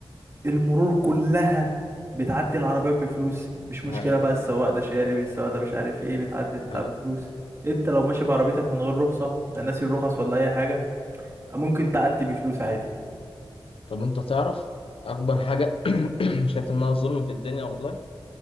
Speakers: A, on the right; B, on the left.
A: المرور كلها بتعدي العربيات بفلوس مش
B: ده
A: مشكلة
B: حقيقي
A: بقى السواق ده شارب السواق ده مش عارف ايه بتعدي البتاع
B: ده حقيقي
A: بفلوس انت لو ماشي بعربيتك من غير رخصة لا ناسي الرخص ولا أي حاجة ممكن تعدي بفلوس عادي
B: طب انت تعرف اكبر حاجه <clears throat> شايف انها ظلم في الدنيا والله